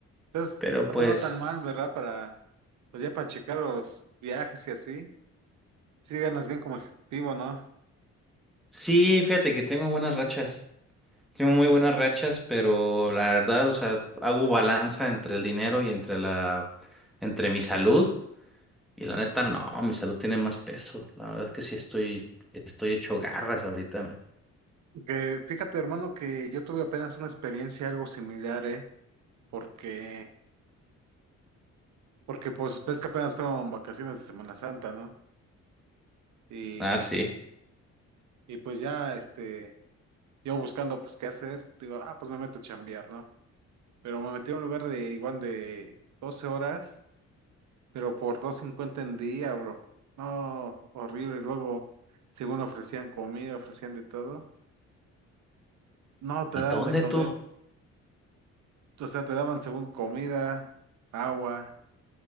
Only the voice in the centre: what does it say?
pero
pues
sí, fíjate que tengo buenas rachas, tengo muy buenas rachas, pero la verdad, o sea, hago balanza entre el dinero y entre la, entre mi salud y la neta, no, mi salud tiene más peso. La verdad es que sí estoy, estoy hecho garras ahorita. man.
Ah, sí.
¿Y
dónde
tú?